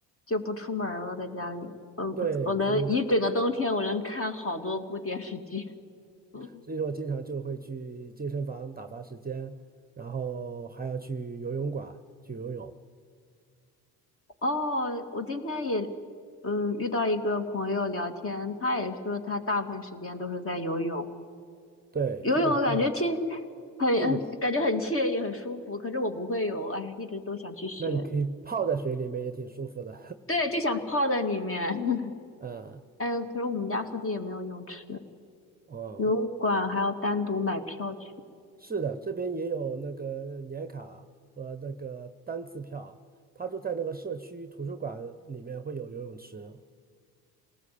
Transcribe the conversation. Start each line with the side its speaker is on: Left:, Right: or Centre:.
Left: 就不出门儿了，在家里，呃，
Right: 对，
Left: 我能一整个冬天，
Right: 所以
Left: 我能看好多部电视剧。<laughs>
Right: 所以说我经常就会去健身房打发时间，然后还要去游泳馆去游泳，
Left: 哦，我今天也，嗯，遇到一个朋友聊天，他也说他大部分时间都是在游泳，
Right: 对，
Left: 游泳感觉听
Right: 基本上，
Left: 很很感觉很惬意，
Right: 嗯，
Left: 很舒服。可是我不会游，哎，一直都想去学。
Right: 那你可以泡在水里面也挺舒服的，
Left: 对，就想泡在里面。<laughs>
Right: <laughs> 嗯，
Left: 哎，可是我们家附近也没有泳池，
Right: 哦，
Left: 游泳馆还要单独买票去。
Right: 是的，这边也有那个年卡和那个单次票，他就在那个社区图书馆里面会有游泳池。